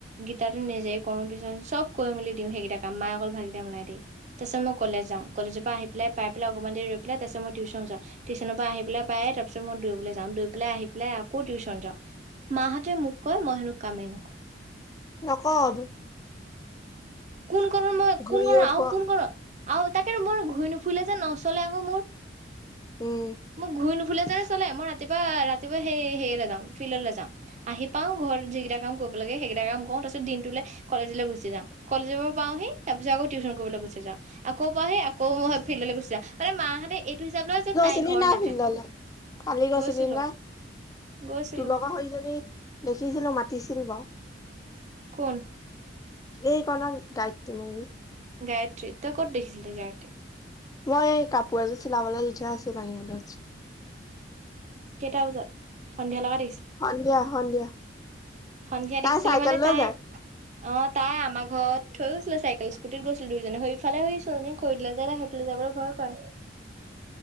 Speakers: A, on the right (about 40°); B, on the left (about 20°).
A: গীতাতো নিজেই কৰোঁ, বিছনা-চিচনা চব কৰি মেলি দিওঁ সেইগিতা কাম, মাই অকল ভাতগিতা বনাই দিয়ে। তাৰপিছত মই কলেজ যাওঁ, কলেজৰ পৰা আহি পেলাই পাই পেলাই অকমান দেৰি ৰৈ পেলাই তাৰপিছত মই টিউশ্যন যাওঁ। টিউশ্যনৰ পৰা আহি পেলাই পায়েই তাৰপিছত মই দৌৰিবলৈ যাওঁ। দৌৰি পেলাই আহি পেলাই আকৌ টিউশ্যন। যাওঁ। মাহঁতে মোক কয় মই হেনো কামেই নকৰোঁ।
B: নকৰতো।
A: কোন কনত মই
B: ঘূৰিয়ে
A: কোন কনত? আউ
B: পোৱা
A: কোন কনত আউ তাকে মই ঘুই নুফুইলে যে নচলে আকৌ মোৰ।
B: উম
A: মোক ঘুই নুফুই ফুইলে জানো চলে? মই ৰাতিপুৱা, ৰাতিপুৱা সেই সেইয়ালে যাম ফিল্ডলে যাম, আহি পাওঁ ঘৰত যিগিতা কাম কৰোঁ। কৰিব লাগে সেইকেইটা কাম কৰোঁ। তাৰপিছত দিনটোলে কলেজলে গুচি যাওঁ। কলেজৰ পৰা পাওঁহি, তাৰপিছত আক' টিউচন কৰিবলৈ গুচি যাওঁ। যাওঁ, আকৌ পাওহি আকৌ মই ফিল্ডলৈ গুচি যাওঁ, মানে মাহঁতে এইটো হিচাপ লয় যে তাই
B: ছিলি
A: ঘৰত
B: ন,
A: নাথাকে
B: ফিল্ডলে কালি গৈছিলি
A: গৈছিলো
B: নে?
A: গৈছিলো
B: তুৰ লগৰ সৈইজনী দেখিছিলো মাতিছিল বাওঁ।
A: কোন?
B: এই কি নাম গায়ত্ৰী নেকি?
A: গায়ত্ৰী তই ক'ত দেখিছিল তই গায়ত্ৰীক
B: মই কাপোৰ এযোৰ চিলাবলৈ দি থোৱা আছিল আনিবলৈ গৈছিলো।
A: কেইটা বজাত, সন্ধিয়া লগাত।
B: সন্ধিয়া, সন্ধিয়া।
A: সন্ধিয়া
B: তাই
A: দেখিছিলি
B: চাইকেল
A: মানে
B: লৈ
A: তাই
B: যায়
A: অহ তাই আমাৰ ঘৰত। থৈ গৈছিলে চাইকেল স্কুটিত গৈছিলো দুইজনী সেইফালে ছোৱালী জনী খৰি দিলে যে তাই সেইফালে যাবলৈ ভয় কৰে।